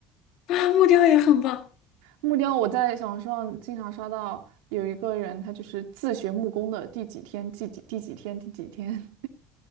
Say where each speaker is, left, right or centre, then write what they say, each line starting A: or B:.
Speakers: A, on the left (about 65°); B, on the right (about 80°).
A: 啊，木雕也很棒。
B: 木雕，我在小红书上经常刷到有一个人，他就是自学木工的第几天、第几、第几天、第几天。